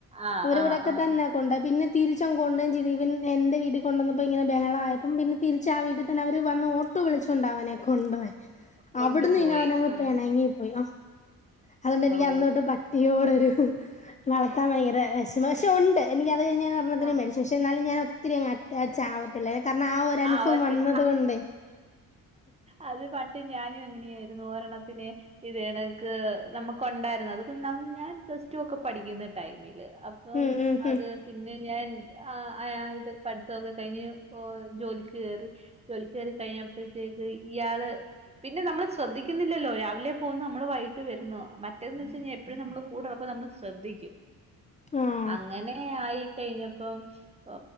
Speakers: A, on the right; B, on the left.
A: ആഹ്
B: അവരിവിടൊക്കെ
A: ആഹ് ആഹ്
B: തന്നെ കൊണ്ട് പോയെ തിരിച്ചും <unintelligible> എന്റെ വീട്ടിൽ കൊണ്ട് വന്നപ്പോ ഇങ്ങനെ ബഹളായപ്പം പിന്നെ തിരിച്ച് ആ വീട്ടിൽ തന്നെ അവര് വന്നു ഓട്ടോ വിളിച്ച് കൊണ്ടാ അവനെ കൊണ്ട്പോ
A: കൊണ്ടുപോയി
B: അവിടുന്ന് <unintelligible> അവനങ്ങ്
A: ആഹ്
B: പെണങ്ങി പോയി അതുകൊണ്ട്
A: ഓ
B: എനിക്ക് അന്ന് തൊട്ട് പട്ടിയോടൊരു വളർത്താൻ ഭയങ്കര വെഷമാ പക്ഷെ ഒണ്ട് എനിക്ക് അത് കഴിഞ്ഞാന്ന് പർണപ്പോത്തിന്
A: ആഹ്
B: <unintelligible> പക്ഷെ എന്നാലും ഞാൻ ഒത്തിരി അങ്ങ് അറ്റാച്ച് ആവത്ത് ഇല്ല കാരണം ആ ഒരു അനുഭവം
A: ആഹ് അവ
B: വന്നത് കൊണ്ടെ
A: അത് പണ്ട് ഞാനും ഇങ്ങനെ ആയിരുന്നു ഒരെണ്ണത്തിന് ഇതെ കണക്ക് നമുക്ക് ഒണ്ടായിരുന്നു അത് കുഞ്ഞ് ണം ഞാൻ പ്ലസ് ടു ഒക്കെ പഠിക്ക്ന്ന ടൈമിൽ അപ്പം
B: ഉം ഉം
A: അത്
B: ഉം
A: പിന്നെ ഞാൻ ആ ആ ഇത് പഠത്തൊ ഒക്കെ കഴിഞ്ഞ് ഇപ്പോ ജോലിക്ക് കെറി ജോലിക്ക് കെറി കഴിഞ്ഞ അപ്പഴ്ത്തെക്ക് ഇയാൾ പിന്നെ നമ്മൾ ശ്രദ്ധിക്കുന്നില്ലല്ലോ രാവിലെ പോവുന്ന നമ്മൾ വൈ ട്ട്‌ വെരുന്നോ മറ്റത്ത്ന്ന് വെച്ച് കഴിഞ്ഞാ എട്ട് എപ്പഴും നമ്മൾ കൂടെ ഇള്ളപ്പം നമ്മൾ ശ്രദ്ധിക്കും
B: ആഹ്
A: അങ്ങനെ ആയി കെഴിഞ്ഞപ്പം ഓ